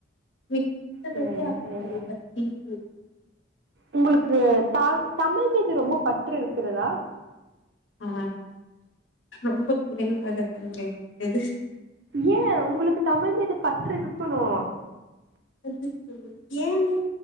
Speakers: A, on the left; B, on the right.
A: மித்தபடி
B: சரிங்க
A: அவர்களை
B: சரிங்க
A: பற் டி <inaudible>
B: உங்குளுக்கு தாழ் தமிழ் மீது ரொம்ப பற்று இருக்கிறதா?
A: ஆ ரொம்ப குறைவாகதாங்க இருக்குது.
B: ஏ உங்குளுக்கு தமிழ்மீது பற்று இருக்குணு.
A: அது ஏன்னே